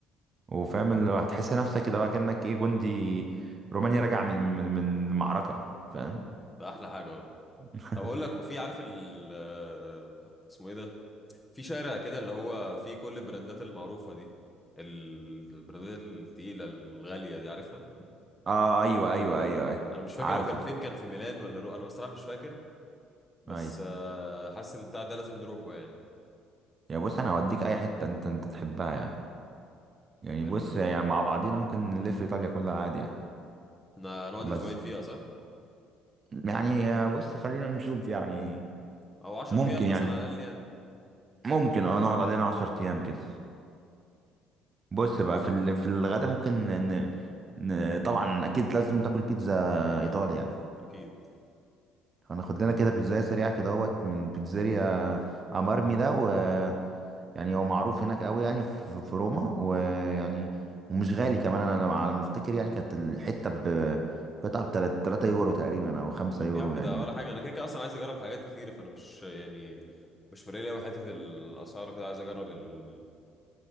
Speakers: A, on the right; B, on the left.
A: وفاهم اللي هو هتحس نفسك كده بقى كأنك ايه جندي روماني راجع من من من المعركة فاهم
B: ده احلى حاجة اهو
A: <laughs>
B: طب اقول لك في عارف ال آه، اسمه ايه ده في شارع كده اللي هو فيه كل البراندات المعروفة دي ال- البراندات التقيلة الغالية دي عارفها
A: اه ايوه ايوه ايوه ايوه
B: انا مش فاكر
A: عارفه
B: هو كان فين
A: ده
B: كان في ميلان ولا رو... انا بصراحة مش فاكر بس
A: ايوه
B: آه، حاسس البتاع ده لازم نروحه يعني
A: يا بص انا هوديك اي حتة انت انت تحبها يعني يعني
B: طب حلو
A: بص
B: يا عم
A: يعني مع بعضينا ممكن نلف ايطاليا كلها عادي يعني.
B: احنا هنقعد اسبوعين
A: بس
B: فيها صح
A: يعني بص خلينا نشوف يعني
B: او 10
A: ممكن
B: ايام مثلا
A: يعني
B: على الاقل يعني
A: ممكن اه نقعد علينا عشر ايام كده بص بقى في ال... في الغدا ممكن ن... ن... طبعا اكيد لازم تاكل بيتزا ايطالي يعني
B: اكيد
A: هناخد لنا كده بيتزاية سريعة كده اهوت من بيتزاريا امارمي ده ويعني هو معروف هناك قوي يعني في, في روما ويعني ومش غالي كمان انا لما- على ما افتكر يعني كانت الحتة ب قطعة ب 3 يورو تقريبا او 5
B: طب
A: يورو
B: يا عم
A: يعني
B: ده ولا حاجة انا كده كده اصلا عايز اجرب حاجات كتيرة فانا مش يعني مش فارق لي أوي حتة الاسعار كده عايز اجرب الاكل